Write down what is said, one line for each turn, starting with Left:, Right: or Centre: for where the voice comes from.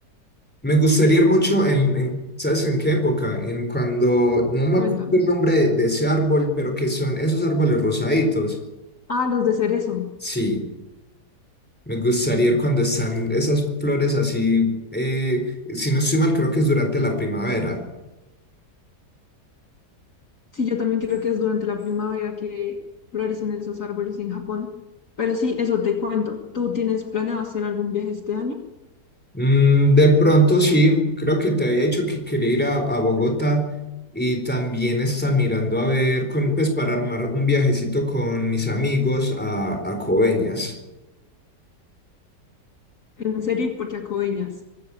Centre: me gustaría ir mucho en, en- ¿sabes en qué época? En cuando, no me
Left: Cuéntame.
Centre: acuerdo el nombre de, de ese árbol, pero que son esos árboles rosaditos.
Left: Ah, los de cerezo.
Centre: Sí, me gustaría ir cuando están esas flores así, eh, si no estoy mal, creo que es durante la primavera.
Left: Sí, yo también creo que es durante la primavera que florecen esos árboles en Japón. Pero sí, eso te cuento. ¿Tú tienes planeado hacer algún viaje este año?
Centre: Mm, de pronto sí, creo que te había dicho que quería ir a, a Bogotá y también está mirando a ver, con, pues para armar un viajecito con mis amigos a, a Coveñas.
Left: En serio, porque a Coveñas.